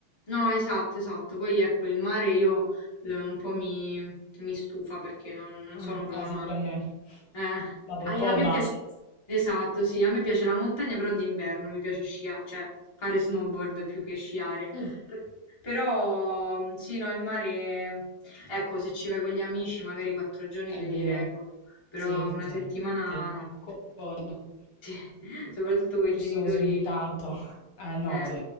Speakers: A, on the left; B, on the left.
A: No, esatto, esatto. Poi ecco, il mare io l- un po' mi, mi stufa perché non, non sono
B: Mm,
A: proprio
B: ah sì,
A: amante.
B: pure a me.
A: Eh,
B: Dopo un
A: ai-
B: po'
A: a, me
B: basta.
A: piace, esatto, sì, a me piace la montagna, però d'inverno mi piace sciare, cioè fare snowboard più che sciare.
B: Mm,
A: Per- Però mm, sì, no, il mare, ecco, se ci vai con gli amici, magari quattro giorni
B: è
A: te
B: vero.
A: li reggo, però
B: Sì,
A: una
B: sì,
A: settimana
B: sì,
A: no.
B: concordo.
A: <laughs> Sì, Soprattutto con
B: Giusto
A: i genitori,
B: così ogni tanto. Eh no,
A: eh,
B: se-